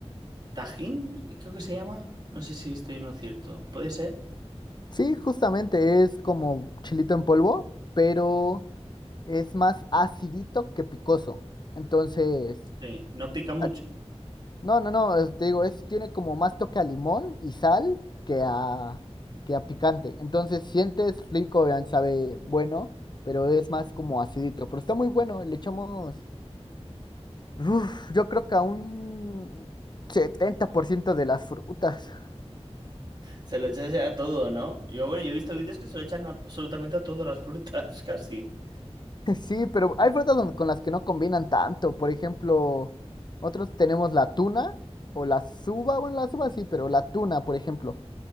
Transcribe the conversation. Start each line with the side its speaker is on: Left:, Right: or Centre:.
Right: tajín, creo que se llama. No sé si estoy en lo cierto. ¿Puede ser?
Left: Sí, justamente es como chilito en polvo, pero es más acidito que picoso. Entonces,
Right: Sí, no pica mucho.
Left: ay, no, no, no, es- te digo, es, tiene como más toque a limón y sal que a, que a picante. Entonces sientes rico, vean, sabe bueno, pero es más como acidito. Pero está muy bueno, le echamos... Uf, yo creo que a un 70% de las frutas. <laughs>
Right: Se lo echas a todo, ¿no? Yo, bueno, yo he visto vídeos que se lo echan absolutamente a todas las frutas, <laughs> casi.
Left: Sí, pero hay frutas donde- con las que no combinan tanto. Por ejemplo, nosotros tenemos la tuna o la suba. Bueno, la suba sí, pero la tuna, por ejemplo,